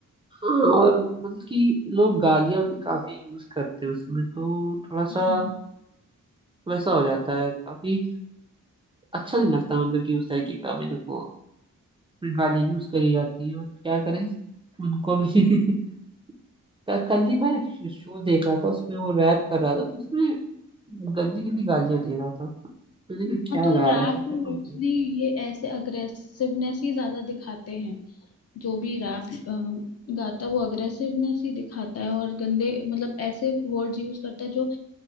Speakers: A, on the right (about 15°); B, on the left (about 50°).
A: हाँ और मतलब कि लोग गालियां भी काफी यूज करते हैं उसमें तो थोड़ा सा
B: हाँ
A: वैसा हो जाता है काफी अच्छा नहीं लगता मतलब कि उस तरीके का मेरे को गाली यूज करी जाती है बट क्या करें उनको भी <laughs> क- कल ही मैं शो देख रहा था उसमें वो रैप कर रहा था तो उसमें गंदी गंदी गालियां दे रहा था तो देखो क्या
B: हाँ तो
A: गा
B: रैप
A: रहा था सब
B: में मोस्टली
A: लोग-
B: ये ऐसे अग्रेसिवनेस ही ज्यादा दिखाते हैं जो भी रैप गाता है वो अग्रेसिवनेस ही दिखाता है और गंदे मतलब ऐसे वर्ड्स यूज करता है जो